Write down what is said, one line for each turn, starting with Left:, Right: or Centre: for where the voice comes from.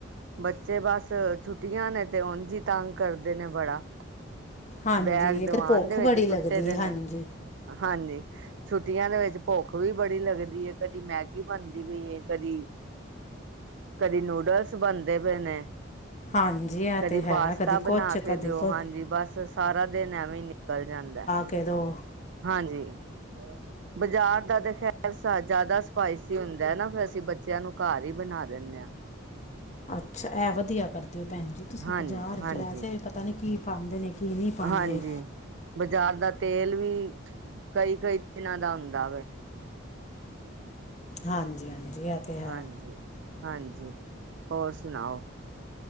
Right: ਬੱਚੇ ਬਸ ਛੁੱਟੀਆਂ ਨੇ ਤੇ ਉੰਝ ਤੰਗ ਕਰਦੇ ਨੇ ਬੜਾ।
Left: ਹਾਂਜੀ
Right: ਬੈਗ
Left: ਇੱਕ
Right: ਦੀਵਾਨ
Left: ਭੁੱਖ
Right: ਦੇ ਵਿੱਚ
Left: ਬੜੀ ਲੱਗਦੀ
Right: ਸੁੱਟੇ ਦੇ
Left: ਹੈ
Right: ਨੇ
Left: ਹਾਂਜੀ
Right: ਹਾਂਜੀ ਛੁੱਟੀਆਂ ਦੇ ਵਿੱਚ ਭੁੱਖ ਵੀ ਬੜੀ ਲੱਗਦੀ ਏ ਕਦੀ ਮੈਗੀ ਬਣਦੀ ਪਈ ਕਦੀ ਕਦੀ ਨੂਡਲਸ ਬਣਦੇ ਪਏ ਨੇ।
Left: ਹਾਂਜੀ ਇਹ
Right: ਕਦੀ
Left: ਤੇ ਹੈ
Right: ਪਾਸਤਾ
Left: ਕਦੀ
Right: ਬਣਾ
Left: ਕੁਛ
Right: ਕੇ
Left: ਕਦੀ
Right: ਦਿਓ
Left: ਕੁਛ
Right: ਹਾਂਜੀ ਬਸ। ਸਾਰਾ ਦਿਨ ਐਵੇਂ ਨਿਕਲ ਜਾਂਦਾ
Left: ਕਦੋਂ
Right: ਹਾਂਜੀ ਬਾਜ਼ਾਰ ਦਾ ਤਾਂ ਖੈਰ ਜ਼ਿਆਦਾ ਸਪਾਈਸੀ ਹੁੰਦਾ ਨਾ ਫਿਰ ਅਸੀਂ ਬੱਚਿਆਂ ਨੂੰ ਘਰ ਹੀ ਬਣਾ ਦਿੰਦੇ ਹਾਂ।
Left: ਅੱਛਾ ਇਹ ਵਧੀਆ। ਕਰਦੇ ਹੋ ਭੈਣ ਜੀ ਤੁਸੀਂ
Right: ਹਾਂਜੀ
Left: ਬਾਜ਼ਾਰ
Right: ਹਾਂਜੀ
Left: ਚ ਵੈਸੇ ਵੀ ਪਤਾ ਨਹੀਂ ਕੀ ਪਾਉਂਦੇ ਨੇ ਕੀ ਨਹੀਂ ਪਾਉਂਦੇ।
Right: ਹਾਂਜੀ ਬਾਜ਼ਾਰ ਦਾ ਤੇਲ ਵੀ ਕਈ ਕਈ ਦਿਨਾਂ ਦਾ ਹੁੰਦਾ ਵੇ।
Left: ਹਾਂਜੀ ਹਾਂਜੀ ਇਹ ਤੇ ਹੈ।
Right: ਹਾਂਜੀ ਹਾਂਜੀ ਹੋਰ ਸੁਣਾਓ।